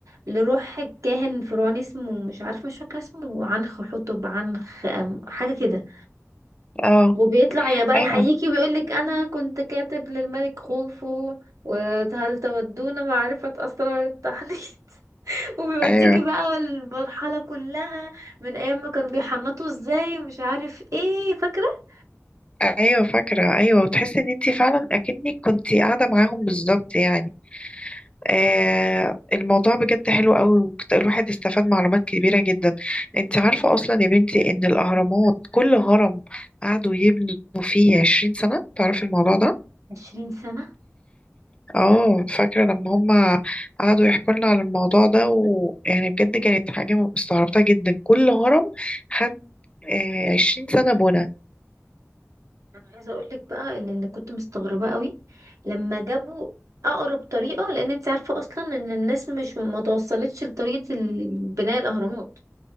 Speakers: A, on the right (about 80°); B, on the left (about 20°).
A: لروح كاهن فرعوني اسمه مش عارفة مش فاكرة اسمه عنخ حتب عنخ أم- حاجة كده
B: اه
A: وبيطلع يا بقى
B: ايوه
A: يحييكي ويقول لك انا كنت كاتب للملك خوفو وهل تودون معرفة اسرار التحنيط <laughs> وبيوديكي
B: ايوه
A: بقى المرحلة كلها من ايام ما كانوا بيحنطوا ازاي ومش عارف ايه فاكرة
B: ايوه فاكره ايوه وتحسي ان انت فعلا اكنك كنت قاعده معاهم بالظبط يعني آه الموضوع بجد حلو قوي وكت- الواحد استفاد معلومات كبيره جدا انت عارفه اصلا يا بنتي ان الاهرامات كل هرم قعدوا يبنوا فيه 20 سنه تعرفي الموضوع ده
A: 20 سنة
B: اه فاكره لما هم قعدوا يحكوا لنا على الموضوع ده ويعني بجد كانت حاجه استغربتها جدا كل هرم خد آه عشرين سنه بنا
A: انا عايزة اقول لك بقى ان اللي كنت مستغربة قوي لما جابوا اقرب طريقة لان انت عارفة اصلا ان الناس مش ما توصلتش لطريقة بناء الاهرامات